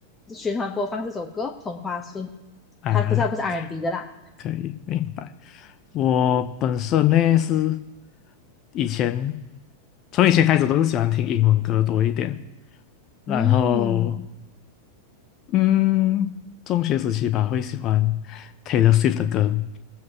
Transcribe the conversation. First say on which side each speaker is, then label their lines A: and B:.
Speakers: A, on the left; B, on the left.
A: 循环播放这首歌《同花顺》，
B: 啊，OK，
A: 它可是它不是 R&B 的啦，
B: 可以明白。我本身呢是以前从以前开始都是喜欢听英文歌多一点，然后
A: 嗯，
B: 嗯，中学时期吧会喜欢 Taylor Swift 的歌，